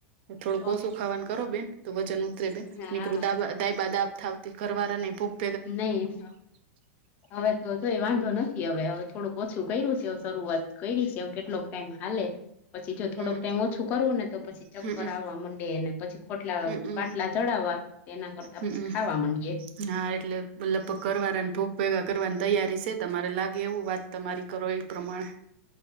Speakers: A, on the right (about 50°); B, on the left (about 25°).
A: થોડું
B: તો
A: ખાવાનું કરો બેન તો વજન-
B: હા
A: નીકરુ દાબા દાબ થાવ તી ઘરવાળા ભૂ-
B: નહી-
A: <inaudible>
B: હવે તો જોઈ વાંધો નથી, હવે હવે થોડુંક ઓછું કર્યું છે, શરૂઆત કરી છે કેટલોક ટાઈમ હાલે- પછી જો થોડોક
A: હમ
B: ટાઈમ ઓછું કરુ ને, તો પછી ચક્કર
A: હમમ
B: આવવા મંડે પછી બાટલા
A: હમમ
B: બાટલા ચડાવવા- તેના કરતા
A: હમમ
B: પસ ખાવા માંડીએ-
A: હા એટલે મતલગ કરવાના ભૂગ ભેગા કરવાની તૈયારી છે તમારે લાગે- એવું વાત તમારી કરો- પ્રમાણે-